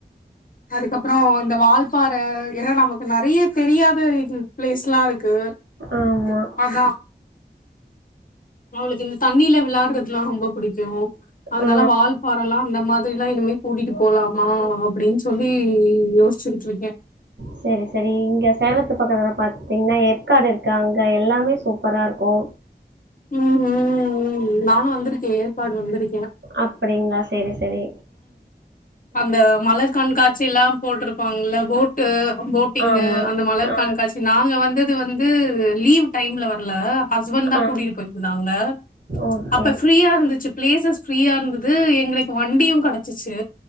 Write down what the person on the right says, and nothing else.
ஆமா
ஆ
செரி செரி இங்க சேலத்து பக்கத்துல்ல பாத்தீங்கன்னா ஏற்காடு இருக்கு அங்க எல்லாமே சூப்பரா இருக்கு
அப்டிங்களா செரி செரி
ஆமா.
ஆ,
ஆ.
ஓகே.